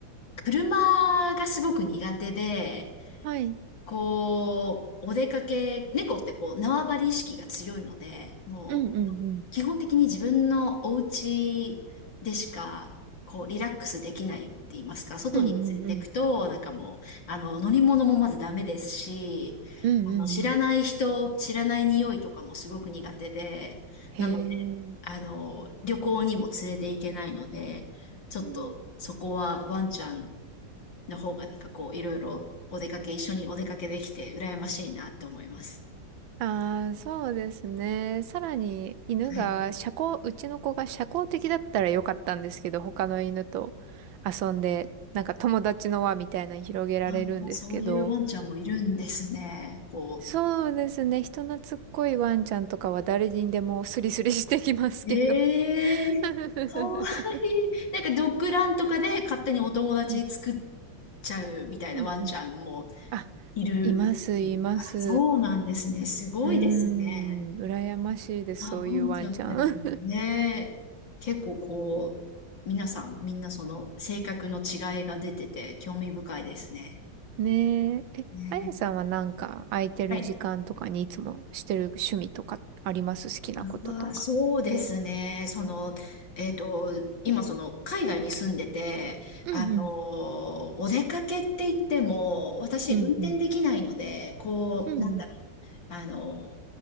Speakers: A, on the left; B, on the right.
A: 車がすごく苦手で、
B: はい。
A: こう、お出かけ、猫ってこう、縄張り意識が強いので、もう、
B: うんうんうん。
A: あの基本的に自分のお家でしか、こう、リラックスできないって言いますか、外に連れてくと、
B: うんうんうん。
A: なんかもう、あの、乗り物もまずダメですし、
B: うんうんうん。
A: あの、知らない人、知らない匂いとかもすごく苦手で、
B: へえ。
A: なので、あの、旅行にも連れて行けないので、ちょっとそこはワンちゃん
B: うん。
A: の方がなんかこういろいろお出かけ、一緒にお出かけできて羨ましいなって思います。
B: ああ、そうですね。さらに犬が社交、
A: はい。
B: うちの子が社交的だったらよかったんですけど、他の犬と遊んで、なんか友達の輪みたいなの広げられるんですけど、
A: あー、そういうワンちゃんもいるんですね。こ
B: そうですね。人懐っこいワンちゃんとかは誰にでもスリスリしてきますけど。
A: う。ええーかわいい。
B: <laughs>
A: なんかドッグランとかで勝手にお友達作っ
B: うん
A: ちゃうみたいなワンちゃんも
B: うんうん。<laughs> あ、
A: いる。
B: います、
A: いるからそうなんですね。
B: います。
A: すごいですね。
B: うーん、羨ましいです、
A: あ、
B: そういうワンちゃん。
A: ワンちゃんでもね、結構こう、皆さん、みんなその性格の違いが出てて興味深いですね。
B: <laughs> ねえ。え、
A: ね。
B: あやさんはなんか空いてる時間とかにいつもしてる趣味とかあります好きなこととか。
A: はい。ああ、そうですね。その、えっと、今その海外に住んでて、
B: うんうん。
A: あのお出かけって言っても、私運転できないので、
B: うんうん。
A: こう、
B: うんうん。
A: なんだろう。あの